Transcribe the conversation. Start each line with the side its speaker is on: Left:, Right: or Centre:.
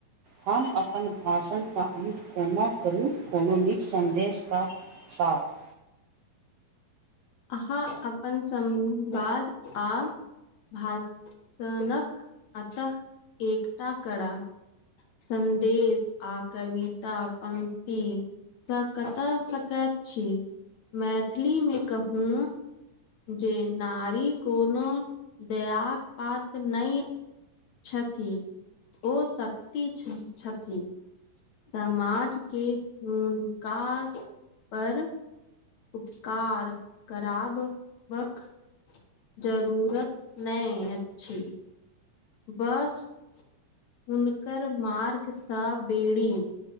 Right: हम अपन भाषणके अन्त कोना करू कोनो नीक सन्देश केँ साथ
Left: हँ अपन संवाद आ भासनकक अत एकटा करा सन्देश आ कविता पंक्तति। स कतय सकैत छी मैथिलीमे कहू जे नारी कोनो दयाकऽ पात नहि छथि ओ शक्त छथि। समाज के हुनका पर। उपकार खराब बक जरूरत नहि अछि बस हुनकार मार्गसँ बेड़ी